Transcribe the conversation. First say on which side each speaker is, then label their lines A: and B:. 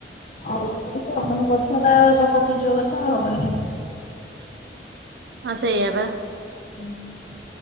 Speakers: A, on the left; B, on the right.
A: ଆଉ କିଛି ହବନି ବର୍ଷାଟ ସବୁ ପଚିଯିବ କଥା ଆଉ ହବନି କିଛି।
B: ହ ସେଇଆ ବା।
A: ହୁଁ